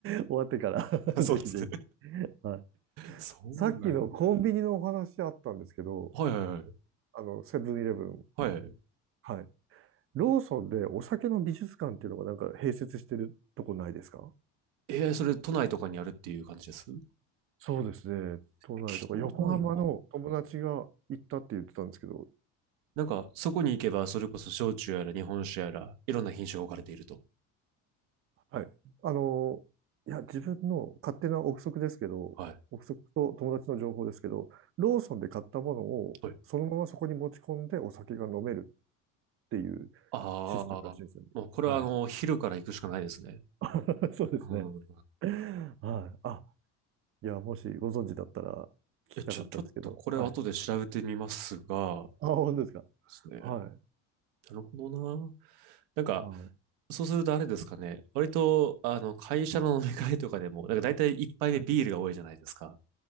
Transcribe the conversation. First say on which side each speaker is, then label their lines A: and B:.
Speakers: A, on the right; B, on the right.
A: 終わってから <laughs>
B: そうですね。
A: ぜひぜひ。はい。
B: そうなんや。
A: さっきのコンビニのお話あったんですけど、
B: はいはいはい。
A: あの、セブンイレブン。
B: はい。
A: はい。ローソンでお酒の美術館っていうのがなんか併設してるとこないですか
B: えー、それ都内とかにあるっていう感じです聞
A: そうですね。都内とか横浜の友達が行ったって言ってたんですけど、
B: いたことないな。なんか、そこに行けば、
A: はい。
B: それこそ焼酎やら日本酒やら、いろんな品種が置かれていると。
A: はい。あの、いや、自分の勝手な憶測ですけど、
B: はい。
A: 憶測と友達の情報ですけど、ローソンで買ったものをそのままそこに持ち込んでお酒が飲める
B: はい。
A: っていう
B: ああ、
A: システムらしいんですよね。
B: もうこれはあの、
A: はい。
B: 昼から行くしかないですね。
A: <laughs> そうですね。
B: うん。
A: はい。あ、いや、もしご存知だったら聞きたかったんですけど。
B: いや、ちょ、ちょっとこれは後で調べてみますが、
A: はい。
B: で
A: あ、本当ですか。
B: すね。
A: は
B: なるほどな。なんか、
A: い。はい。
B: そうするとあれですかね。割と、あの、会社の飲み会とかでも、なんか大体一杯目ビールが多いじゃないですか。
A: はい